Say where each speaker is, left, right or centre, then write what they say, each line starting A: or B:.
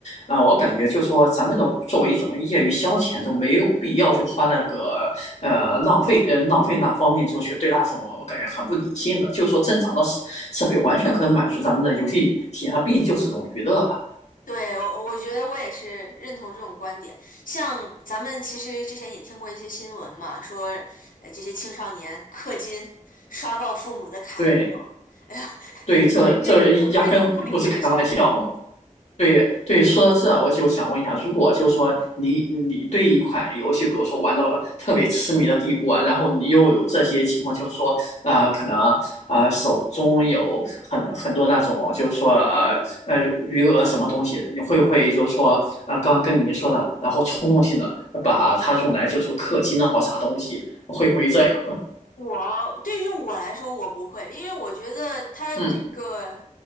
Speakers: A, on the left (about 55°); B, on the left (about 85°).
A: 啊、呃我感觉就是说咱们的作为一种业余消遣，就没有必要就花那个呃浪费呃浪费那方面就去对那种我感觉很不理性的，就是说正常的设设备完全可以满足咱们的游戏体验，它毕竟就是一种娱乐吧。
B: 对，我我觉得我也是认同这种观点。像咱们其实之前也听过一些新闻嘛，说呃这些青少年氪金、刷爆父母的卡这种，
A: 对
B: <laughs> 哎呀，<laughs>
A: 对，这这压根不是开玩笑。
B: 这个应该就是非常不理智的消费。
A: 对对，说到这，我就想问一下，如果就是说你你对一款游戏，比如说玩到特别痴迷的地步啊，然后你又有这些情况，就是说，呃，可能呃手中有很很多那种，就是说呃呃余额什么东西，你会不会就是说啊，刚刚跟您说的，然后冲动性的把它用来就是说氪金啊或啥东西，会不会这样呢？
B: 我对于我来说，我不会，因为我觉得它这个
A: 嗯